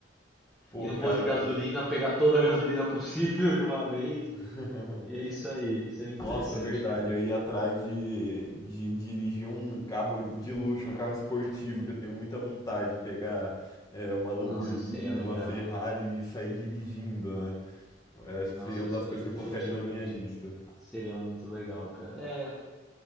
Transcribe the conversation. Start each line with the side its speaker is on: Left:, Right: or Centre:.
Left: Pô,
Centre: Ir
Left: cara.
Centre: no posto de gasolina,
Left: isso-
Centre: pegar toda a gasolina possível de uma vez.
Left: <laughs>
Centre: E é isso aí, seria interessante,
Left: Nossa, é verdade.
Centre: cara.
Left: Eu ia atrás de, de dirigir um carro de luxo, um carro esportivo, que eu tenho muita vontade de pegar é, uma Lamborghini,
Centre: Nossa, isso seria legal.
Left: uma Ferrari e sair dirigindo, né? Eu acho
Centre: Nossa,
Left: que seria uma
Centre: isso
Left: das
Centre: definitivamente
Left: coisas que eu colocaria na minha lista.
Centre: seria muito legal, cara. É,